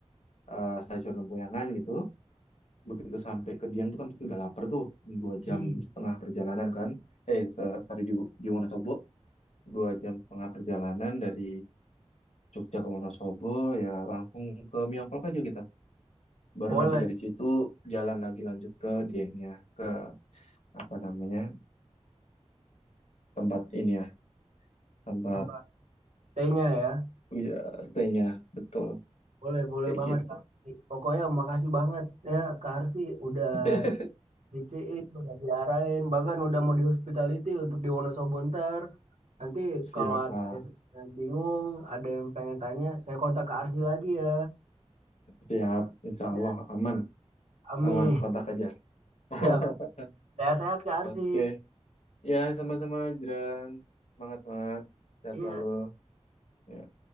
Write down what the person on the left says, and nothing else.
eh, stasiun Lempuyangan gitu, begitu sampai ke Dieng tuh kan pasti udah lapar tuh, dua jam
setengah perjalanan kan. Eh se- tadi di, di Wonosobo dua jam setengah perjalanan dari Jogja ke Wonosobo ya langsung ke Miyongkok aja kita. Baru
nanti dari situ jalan lagi lanjut ke Diengnya ke apa namanya tempat ini ya tempat
Iya, stay-nya betul
kayak
gitu.
<laughs>
Siap
lah,
siap. Insya
Allah aman,
aman. Kontak aja. <laughs>
Oke, ya sama-sama, Jiran. Semangat, semangat. Sehat
selalu. Ya.